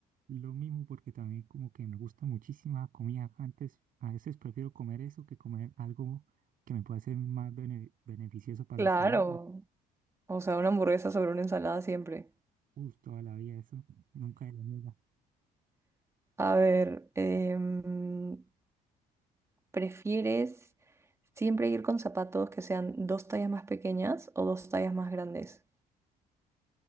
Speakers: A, on the right; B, on the right.
A: lo mismo porque también como que me gusta muchísima comida. Antes, a veces prefiero comer eso que comer algo que me pueda ser más bene- beneficioso para
B: Claro.
A: la salud.
B: O sea, una hamburguesa sobre una ensalada siempre.
A: Uy, toda la vida eso, nunca de la niega.
B: A ver, em, ¿Prefieres siempre ir con zapatos que sean dos tallas más pequeñas o dos tallas más grandes?